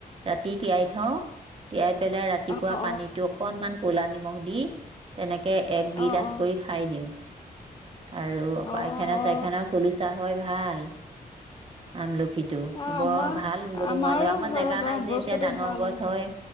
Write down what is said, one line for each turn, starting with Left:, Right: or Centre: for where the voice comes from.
Right: ৰাতি তিয়াই থওঁ তিয়াই। পেলাই ৰাতিপুৱা
Left: অ অ
Right: পানীতটো অকনমান। ক'লা নিমখ দি তেনেকে। একগিলাচ
Left: অ অ
Right: কৰি খাই দিওঁ। আৰু
Left: অ অ
Right: পাইখানা
Left: অ
Right: চাইখানাও খুলোচা। হয় ভাল আমলখি। পিটো
Left: আ,
Right: বৰ
Left: আমাৰ
Right: ভাল <unintelligible>
Left: আমাৰো
Right: আমাৰ
Left: ঘৰত
Right: জেগা নাই
Left: অ
Right: যে
Left: বস্তুটো
Right: এতিয়া ডাঙৰ
Left: ভাল
Right: গছ হয়।